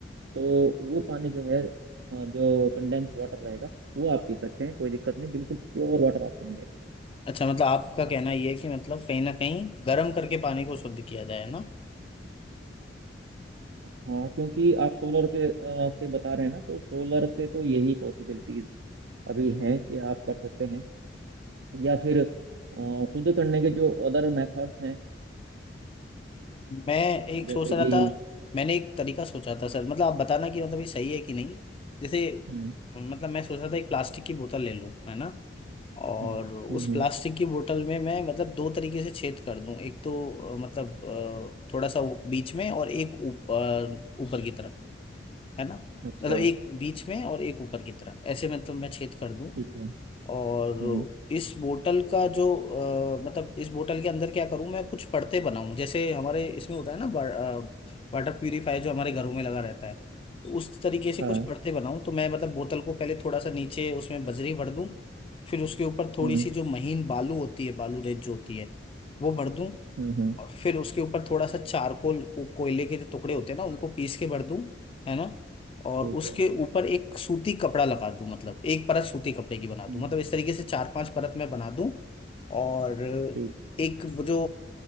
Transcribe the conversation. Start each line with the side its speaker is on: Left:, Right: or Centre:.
Right: तो वो पानी जो है अ, जो कंडेंस वाटर रहेगा वो आप पी सकते हैं कोई दिक्कत नहीं बिल्कुल प्योर वाटर आपको मिलेगा
Left: अच्छा मतलब आपका कहना ये है कि मतलब कहीं ना कहीं गर्म करके पानी को शुद्ध किया जाए ना
Right: हाँ क्योंकि आप सोलर के अ, से बता रहे हैं ना तो सोलर से तो यही पॉसिबिलिटीज अभी हैं कि आप कर सकते हैं या फिर अ, शुद्ध करने के जो अदर मेथड्स हैं
Left: मैं एक
Right: जैसे
Left: सोच रहा
Right: कि
Left: था मैंने एक तरीका सोचा था सर मतलब आप बताना कि मतलब ये सही है कि नहीं जैसे
Right: हम्म
Left: मतलब मैं सोच रहा था एक प्लास्टिक की बोतल ले लूं है ना और
Right: हम्म
Left: उस
Right: हम्म,
Left: प्लास्टिक
Right: हम्म,
Left: की बोतल में मैं मतलब दो तरीके से छेद कर दूं एक तो अ, मतलब अ, थोड़ा सा ऊ- बीच में और एक ऊप- अ, ऊपर की तरफ है ना
Right: अच्छा
Left: मतलब एक बीच में और एक ऊपर की तरफ ऐसे मतलब मैं छेद कर दूं
Right: ठीक है
Left: और
Right: हम्म
Left: इस बोतल का जो अ, मतलब इस बोतल के अंदर क्या करूं मैं कुछ परतें बनाऊं जैसे हमारे इसमें होता है ना वाटर प्यूरिफायर जो हमारे घरों में लगा रहता है तो उस तरीके से
Right: हाँ
Left: कुछ परतें बनाऊं तो मैं मतलब बोतल को पहले थोड़ा सा नीचे उसमें बजरी भर दूं फिर उसके ऊपर थोड़ी
Right: हम्म
Left: सी जो महीन बालू होती है बालू रेत जो होती है वो भर दूं
Right: हम्म हम्म,
Left: और फिर उसके ऊपर थोड़ा सा चारकोल वो कोयले के जो टुकड़े होते हैं ना उनको पीस के भर दूं है ना और
Right: ठीक
Left: उसके
Right: है
Left: ऊपर एक सूती कपड़ा लगा दूं मतलब एक परत सूती कपड़े की बना दूं
Right: हम्म
Left: मतलब इस तरीके से चार पांच परत मैं बना दूं और
Right: ठीक
Left: एक वो जो